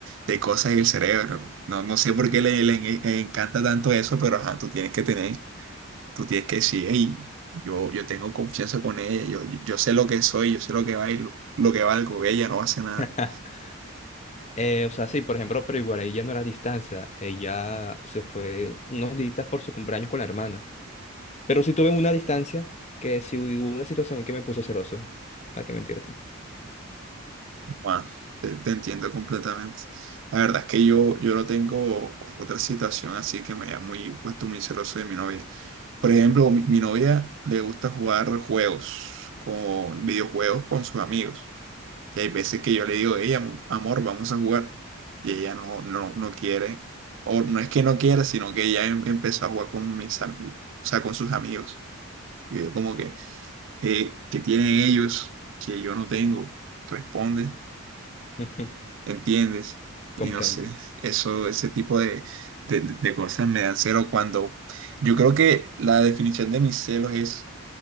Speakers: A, on the right (about 55°); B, on the left (about 30°).
A: de cosas en el cerebro. No, no sé por qué le, le- le encanta tanto eso, pero ajá, tú tienes que tener, tú tienes que decir, hey, yo, yo tengo confianza con ella, yo, yo sé lo que soy, yo sé lo que bailo, lo que valgo, ella no hace nada.
B: <laughs> Eh, o sea, sí, por ejemplo, pero igual ella no era a distancia. Ella se fue unos días por su cumpleaños con la hermana. Pero sí tuve una distancia que sí hubo una situación que me puso celoso. ¿Para qué mentirte?
A: Bueno, te, te entiendo completamente. La verdad es que yo, yo no tengo otra situación así que me haya muy, puesto muy celoso de mi novia. Por ejemplo, mi, mi novia le gusta jugar juegos, con videojuegos con sus amigos. Y hay veces que yo le digo, ella, amor, vamos a jugar. Y ella no, no, no quiere, o no es que no quiera, sino que ella em- empezó a jugar con mis amigos, o sea, con sus amigos. Y yo como que, eh, ¿qué tienen ellos que yo no tengo? Responde.
B: <laughs> Ujú,
A: ¿entiendes? Y
B: Comprendo.
A: no sé, eso, ese tipo de, de, de cosas me dan celo cuando, yo creo que la definición de mis celos es